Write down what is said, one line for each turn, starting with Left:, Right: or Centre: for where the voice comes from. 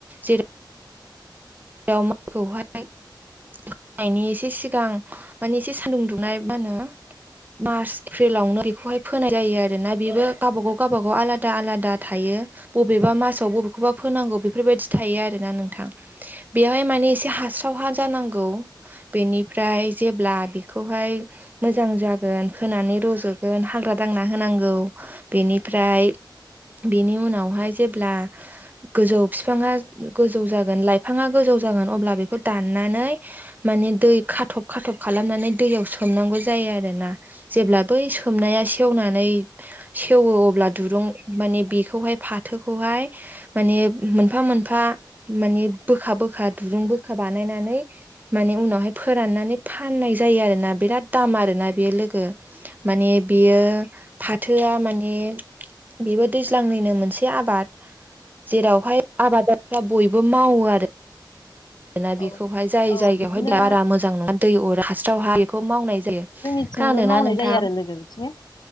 Right: जेर दावमाखौहाय होननायनि एसे सिगां माने एसे सानदुं दुंनाय मा होनो मार्च एप्रिलावनो बेखौहाय फोनाय जायो आरो ना बेबो गावबागाव गावबागाव आलादा आलादा थायो। बबेबा मासाव बबेखौबा फोनांगौ बेफोरबायदि थायो आरो ना नोंथां बेवहाय माने एसे हास थावहा जानांगौ। बेनिफ्राय जेब्ला खौहाय मोजां जागोन खोनानै रज'। गोन हाग्रा दांना होनांगौ बेनिफ्राय। बेनि उनावहाय जेब्ला गोजौ बिफाङा गोजौ जागोन लाइफां। बिफाङा गोजौ जागोन अब्ला बेखौ दाननानै माने दै खाथब-खाथब खालामनानै दैयाव सोम। मनांगौ जायो आरो ना। जेब्ला बै सोमनाया सेवनानै सेवो अब्ला दुरुं माने बे। बेखौहाय फाथोखौहाय माने मोनफा- मोनफा माने। बोखा-बोखा दुरुं बोखा बानायनानै माने उनावहाय फोराननानै फाननाय जायो आरोना बे। बिराद दाम आरोना बेयो लोगो माने बियो फाथोआ माने। बेबो दैज्लांनिनो मोनसे आबाद जेरावहाय आबादारिफ्रा बयबो। बो माववो आरो। दोना
Left: औ
Right: बेखौहाय जाय
Left: औ
Right: जायगायावहाय
Left: बिदिनो
Right: बारा मोजां नङा दै अर हास्रावहा बेखौ मावनाय जायो।
Left: थिंबो
Right: खोनादोंना
Left: मावनाय
Right: नोंथां
Left: जायो आरो लोगो बिथिंनो